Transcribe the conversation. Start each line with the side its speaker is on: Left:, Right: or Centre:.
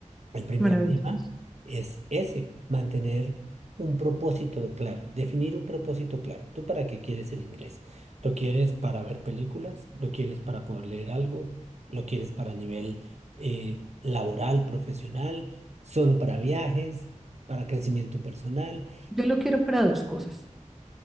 Right: El primer
Centre: Maravilloso.
Right: tema es ese, mantener un propósito claro, definir un propósito claro. ¿Tú para qué quieres el inglés? ¿Lo quieres para ver películas? ¿Lo quieres para poder leer algo? ¿Lo quieres para nivel eh, laboral, profesional? ¿Solo para viajes? ¿Para crecimiento personal?
Centre: Yo lo quiero para dos cosas.